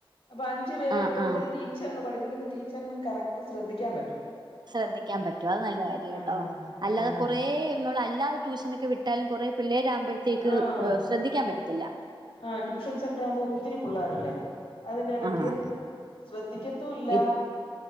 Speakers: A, on the left; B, on the right.
A: അപ്പൊ അഞ്ചു പേരെ
B: ആഹ്
A: ഉള്ളോണ്ട്
B: ആഹ്
A: ടി ടീച്ചറിനും പഠിപ്പിക്കുന്ന ടീച്ചറിനും കറക്റ്റ് ശ്രദ്ധിക്കാൻ പറ്റും
B: ശ്രദ്ധിക്കാൻ പറ്റും അത് നല്ല കാര്യട്ടോ
A: ആ
B: അല്ലാതെ
A: ആ
B: കൊറെ നമ്മളല്ലാതെ ട്യൂഷനൊക്കെ വിട്ടാലും കുറെ പിള്ളേരാ ആകുമ്പോഴത്തേക്ക്
A: ആഹ്
B: ശ്രദ്ധിക്കാൻ പറ്റത്തില്ല
A: ആഹ് ട്യൂഷൻ സെന്റർ ആവുമ്പോ ഒത്തിരി പിള്ളേരല്ലേ അതിന്റെ ഇടക്ക്
B: ആഹ്
A: ശ്രദ്ധിക്കത്തൂവില്ല
B: ഇത്